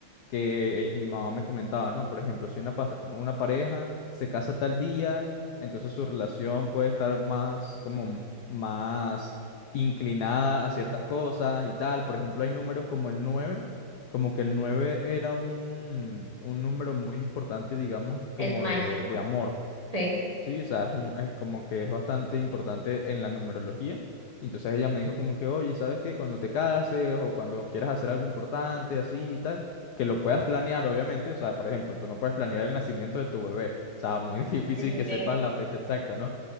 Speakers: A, on the left; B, on the right.
A: que eh, mi mamá me comentaba, ¿no? Por ejemplo, si una, pas- una pareja se casa tal día, entonces su relación puede estar más, como más inclinada a ciertas cosas y tal. Por ejemplo, hay números como el 9. Como que el 9 era un, un número muy importante, digamos, como
B: Es mágico,
A: de, de amor.
B: sí,
A: Sí, o sea, es, un- es como que es bastante importante en la numerología. Y entonces ella me dijo como que, oye, ¿sabes qué? Cuando te cases o cuando quieras hacer algo importante, así y tal, que lo puedas planear, obviamente. O sea, por ejemplo, tú no puedes planear el nacimiento de tu bebé. O sea, muy <laughs> difícil
B: sí,
A: que
B: sí,
A: sepas la fecha exacta, ¿no?